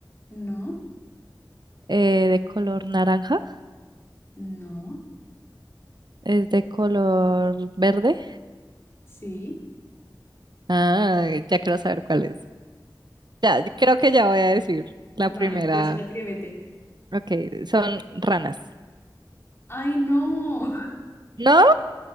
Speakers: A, on the left (about 30°); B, on the right (about 60°).
A: No,
B: Eh, ¿de color naranja?
A: no,
B: ¿Es de color verde?
A: sí.
B: Ah, ya quiero saber cuál es. Ya, creo que ya voy a decir la
A: Vale,
B: primera.
A: pues atrévete.
B: Ok, son ranas.
A: ¡Ay, no! <laughs>
B: ¿No?